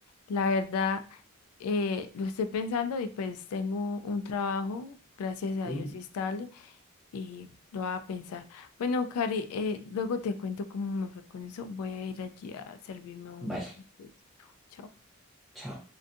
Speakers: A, on the left (about 85°); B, in the centre.
A: la verdad eh, lo estoy pensando y pues tengo un trabajo, gracias a
B: Mm,
A: Dios, estable y lo voy a pensar. Bueno, Cari, eh, luego te cuento cómo me fue con eso. Voy a ir allí a servirme un...
B: Vale,
A: un- Chao.
B: chao.